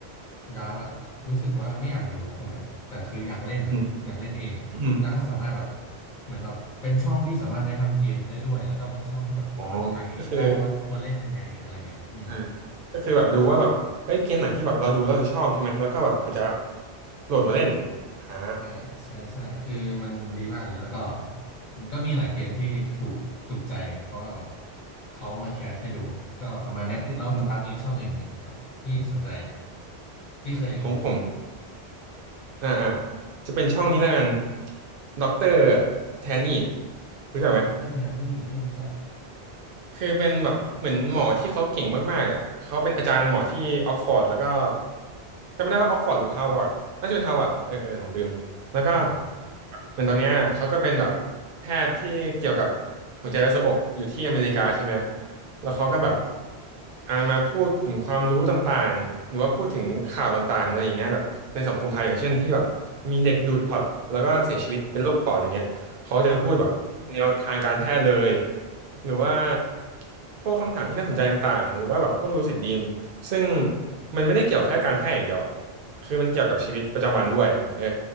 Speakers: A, on the left; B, on the right.
A: ดาร์ฟอะรู้สึกว่าไม่อยากดูนะถูกไหมติแต่คืออยากเล่นอะอยากเล่นเองอะคุณดาร์ฟก็สามารถแบบ
B: อืมอืม
A: เหมือนแบบเป็นช่องที่สามารถแนะนำเกมได้ด้วยแล้วก็เป็นช่องที่แบบสามารถไกด์ได้ว่าควรเล่นยังไงอะไรเงี้ยอืม
B: อ๋อก็คืออ่าก็คือแบบดูว่าแบบเฮ้ยเกมไหนที่แบบเราดูเราจะชอบใช่ไหมแล้วก็แบบอาจจะโหลดมาเล่นอ่า
A: เออใช่ใช่คือมันดีมากเลยแล้วก็มันก็มีหลายเกมที่ถูกถูกใจเพราะว่าแบบเขามาแคสให้ดูก็ประมาณเนี้ยแล้วคุณดาฟมีช่องอื่นอีกไหมแบบที่สนใจอะ
B: อืมอืม
A: ที่เคยดู
B: ของผม อ่าอ่าจะเป็นช่องนี้แล้วกันด็อกเตอร์แทนนี่รู้จักไหม
A: ดอกเตอร์แทนนี่ไม่รู้จักอะ
B: คือเป็นแบบเหมือนหมอที่เขาเก่งมากๆอ่ะเขาเป็นอาจารย์หมอที่ออกฟอร์ดแล้วก็จำไม่ได้ว่าออกฟอร์ดหรือฮาร์วาร์ดน่าจะเป็นฮาร์วาร์ดเออเออผมลืมแล้วก็
A: อืม
B: เหมือนตอนเนี้ยเขาก็เป็นแบบแพทย์ที่เกี่ยวกับหัวใจและทรวงอกอยู่ที่อเมริกาใช่ไหมแล้วเขาก็แบบ
A: อืม
B: อ่ามาพูดถึงความรู้ต่างๆหรือว่าพูดถึงข่าวต่างๆอะไรอย่างเงี้ยแบบในสังคมไทยอย่างเช่นที่แบบมีเด็กดูดพอร์ตแล้วก็เสียชีวิตเป็นโรคปอดอย่างเงี้ย เขาจะพูดแบบแนวทางการแพทย์เลย
A: อืม
B: หรือว่าพวกคำถามที่น่าสนใจต่างๆหรือว่าแบบพวกลูซิดดรีมซึ่งมันไม่ได้เกี่ยวแค่การแพทย์อย่างเดียวอ่ะคือมันเกี่ยวกับชีวิตประจำวันด้วยเออ